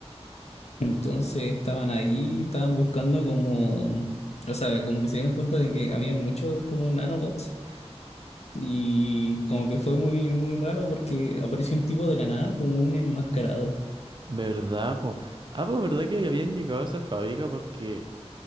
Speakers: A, on the left; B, on the right.
A: Entonces estaban ahí, estaban buscando como, o sea, como que se dieron cuenta de que habían muchos como nanobots. Y como que fue muy, muy raro porque apareció un tipo de la nada como un enmascarado.
B: ¿Verdad, po? Ah, pues verdad que habían llegado a esa fábrica porque